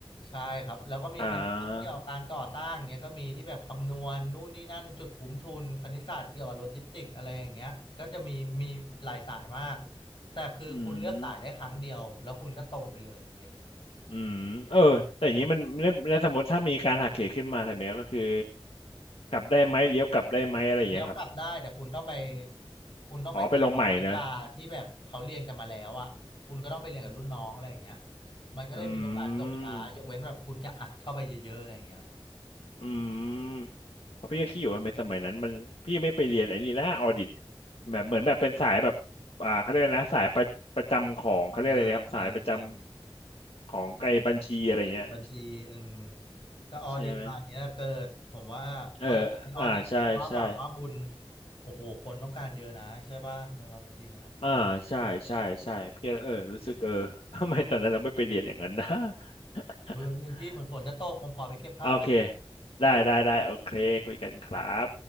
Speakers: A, on the left (about 60°); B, on the left (about 85°).
A: ใช่ครับแล้วก็มีคณิตศาสตร์เกี่ยวกับการก่อสร้างเนี้ยก็มีที่แบบคำนวณนู่นนี่นั่นจุดคุ้มทุนคณิตศาสตร์เกี่ยวกับโลจิสติกอะไรอย่างเงี้ยก็จะมีมีหลายสายมาก
B: อ่า
A: แต่คือคุณเลือกสายได้ครั้งเดียวแล้วคุณก็ตรงไปเลยอะไรอย่างเงี้ย
B: อืมอืมเออแต่อย่างนี้มันแล้วแล้วสมมติถ้ามีการหักเหขึ้นมาทำไงก็คือกลับได้ไหมเลี้ยวกลับได้ไหมอะไรอย่างเงี้ยครับ
A: เดี๋ยวกลับได้แต่คุณต้องไปคุณต้องไปตามวิชาที่แบบเขาเรียนกันมาแล้วอ่ะคุณก็ต้องไปเรียนกับรุ่นน้องอะไรอย่างเงี้ย
B: อ๋อไปลงใหม่เนอะ
A: มันก็เลยมีโอกาสจบช้ายกเว้นแบบคุณจะอัดเข้าไปเยอะๆอะไรอย่างเงี้ยครับ
B: อืม อืมเพราะพี่ก็คิดอยู่ว่าในสมัยนั้นมันพี่ไม่ไปเรียนไอ้นี่นะออดิตแบบเหมือนแบบเป็นสายแบบอ่าเขาเรียกอะไรนะสายประประจำของเขาเรียกอะไรนะครับสายประจ
A: อ่าอ่าอ่า
B: ำของไอ้บัญชีอะไรเงี้ย
A: เข้าใจ บัญชีอืมจะออดิตป่านเนี้ยเกิดผมว่าเพราะออดิตว่าแบบว่าบุญ
B: ใช่ไหมเอออ่าใช่ใช่
A: โอ้โหคนต้องการเยอะนะใช่ป่ะในความเป็นจริงอ่ะ
B: อ่าใช่ใช่ใช่พี่เออรู้สึกเออ <laughs> ทำไมตอนนั้นเราไม่ไปเรียนอย่างนั้นนะ <laughs>
A: อุ้ยแบบนึงพี่เหมือนฝนจะตกผมขอไปเก็บผ้าแป๊บ
B: โอเคได้ได้ได้โอเคคุยกันครับ